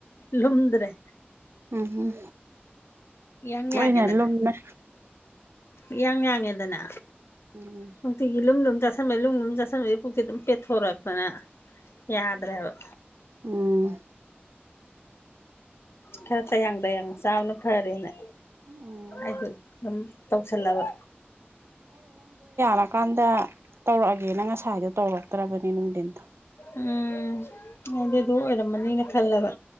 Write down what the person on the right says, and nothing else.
ꯎꯝꯍꯨꯝ
ꯑꯣꯏꯅꯦ
ꯂꯨꯝꯃꯦ
ꯎꯝ
ꯎꯝ
ꯎꯝ
ꯂꯥꯛꯀꯥꯟꯗ ꯇꯧꯔꯛꯑꯒꯦꯅ ꯉꯁꯥꯏꯗꯣ ꯇꯧꯔꯛꯇ꯭ꯔꯕꯅꯦ ꯅꯨꯡꯗꯤꯟꯗꯣ